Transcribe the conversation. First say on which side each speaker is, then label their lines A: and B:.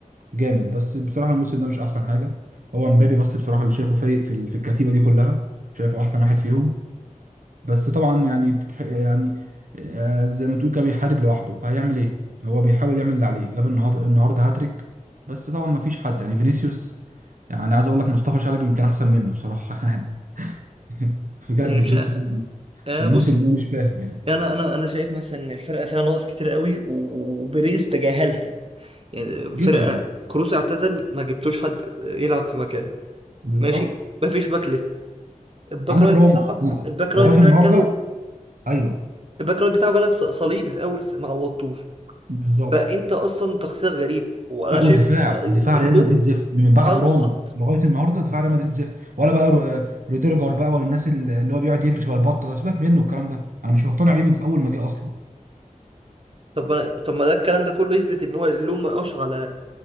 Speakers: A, on the right; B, on the right.
A: جامد بس بصراحه الموسم ده مش احسن حاجه هو مبابي بس بصراحه اللي شايفه فايق في ال- في الكتيبه دي كلها شايفه احسن واحد فيهم بس طبعا يعني بتتح... يعني آه، زي ما تقول كده بيحارب لوحده فهيعمل ايه هو بيحاول يعمل اللي عليه جاب النهارده النهارده هاتريك بس طبعا ما فيش حد يعني فينيسيوس يعني عايز اقول لك مصطفى شلبي يمكن احسن منه بصراحه <laughs> <laughs> بجد
B: يعني مش
A: فينيسيوس
B: آه
A: الموسم
B: بص
A: ده مش فاهم يعني
B: انا انا انا شايف مثلا ان الفرقه فيها ناقص كتير قوي وبيريز تجاهلها يعني يعني
A: جدا
B: فرقه كروس اعتزل ما جبتوش حد يلعب في مكانه
A: بالظبط
B: ماشي مفيش باك ليفت الباك
A: عندك
B: رايت
A: راموس
B: بتاعك
A: نعم.
B: الباك
A: لغايه
B: رايت بتاعك
A: النهارده
B: جاله
A: ايوه
B: الباك رايت بتاعه جالك ص- صليبي في اول س- ما عوضتوش
A: بالظبط
B: فانت اصلا تخطيط غريب وانا
A: لا والدفاع
B: شايف ال-
A: دفاع
B: اللوم
A: ريال مدريد زفت من بعد
B: اه بالظبط
A: راموس لغايه النهارده دفاع ريال مدريد زفت ولا بقى رو- روديرجر بقى ولا الناس اللي هو بيقعد يجري شويه البطه ده سيبك منه الكلام ده انا مش مقتنع بيه من اول ما جه اصلا
B: طب أنا... طب ما ده الكلام ده كله يثبت ان هو اللوم ما يقاش على